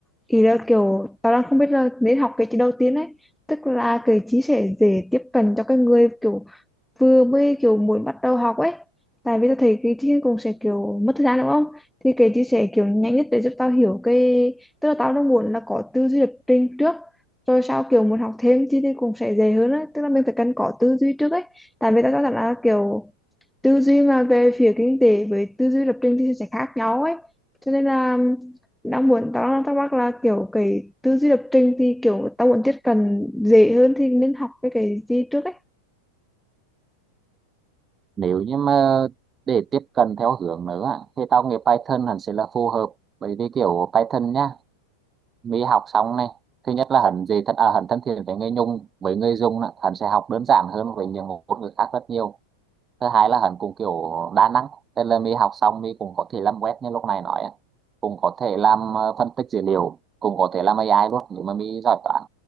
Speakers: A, in the centre; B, on the right.
A: ý là kiểu tao đang không biết là nên học cái gì đầu tiên ấy tức là cái chí sẽ dễ tiếp cận cho cái người kiểu vừa mới kiểu muốn bắt đầu học ấy tại vì tôi thấy cái chia cũng sẽ kiểu mất thời gian đúng không thì cái chia sẻ kiểu nhanh nhất để giúp tao hiểu cái tức là tao đang muốn là có tư duy lập trình trước rồi sau kiểu muốn học thêm thì thì cũng sẽ dễ hơn á tức là mình phải cần có tư duy trước ấy tại vì tao cho rằng là kiểu tư duy mà về phía kinh tế với tư duy lập trình thì sẽ khác nhau ấy cho nên là đang muốn tao đang thắc mắc là kiểu cái tư duy lập trình thì kiểu tao muốn tiếp cận dễ hơn thì nên học cái cái gì trước ấy
B: nếu như mà để tiếp cận theo hướng nữa thì tao nghĩ Python hẳn sẽ là phù hợp bởi vì kiểu Python nhá Mỹ học xong này thứ nhất là hắn gì thân à, hắn thân thiện với người Nhung với người Dung á, hắn sẽ học đơn giản hơn với những ngôn ngữ khác rất nhiều thứ hai là hắn cũng kiểu đa năng tức là Mỹ học xong Mỹ cũng có thể làm web như lúc này nói á. cũng có thể làm ờ, phân tích dữ liệu cũng có thể làm AI luôn nếu mà Mỹ giỏi toán